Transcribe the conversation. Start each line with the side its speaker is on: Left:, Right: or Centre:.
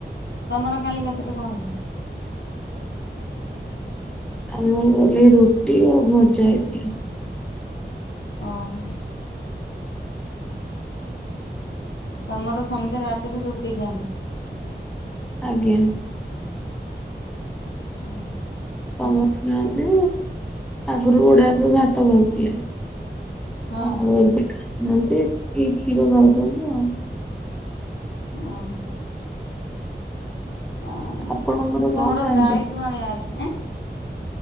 Left: ତମର କାଲି ରାତିରେ କଣ ହେଇଥିଲା।
Centre: ଆମ ଗଲେ ରୁଟି ଆଉ ଭଜା ହେଇଥିଲା।
Left: ଓହୋ। ତମର ସମସ୍ତେ ରାତିରେ ରୁଟି ଖାଆନ୍ତି।
Centre: ଆଜ୍ଞା।
Left: ହୁଁ।
Centre: ସମସ୍ତେ ନାହାନ୍ତି ଆଗରୁ ବଡଆ ପାଇଁ ଭାତ କହୁଥିଲେ।
Left: ହଁ
Centre: ଆଉ ଏବେହାନ୍ତି ଏ କ୍ଷୀର ଖାଉଛନ୍ତି ଆଉ।
Left: ଓହୋ। ଓ
Centre: ଆପଣଙ୍କର କଣ
Left: ତମର
Centre: ଖାଆନ୍ତି?
Left: ଗାଈ ଦୁଆଳିଆ ଅଛିଁ ଆଁ